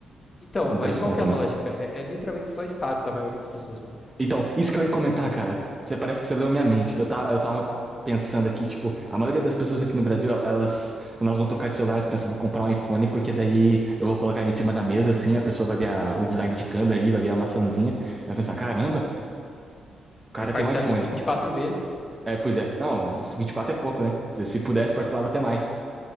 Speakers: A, on the left; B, on the right.
A: Então,
B: um
A: mas
B: preço
A: qual
B: bom
A: que
B: também.
A: é a lógica? É, é literalmente só status a maioria das pessoas, mano.
B: Então, isso que
A: Não
B: eu
A: é
B: ia
A: porque
B: comentar,
A: precisa.
B: cara. Você parece que você leu minha mente. Eu, tá, eu tava pensando aqui, tipo, a maioria das pessoas aqui no Brasil, el- elas, quando elas vão trocar de celular, elas pensam, vou comprar um iPhone, porque daí eu vou colocar ele em cima da mesa, assim, a pessoa vai ver a- o design de câmera ali, vai ver a maçãzinha, ela vai pensar, caramba, o cara
A: Aí parcela
B: tem um iPhone.
A: em 24 vezes.
B: É, pois é. Não, 24 é pouco, né? Se, se pudesse, parcelava até mais.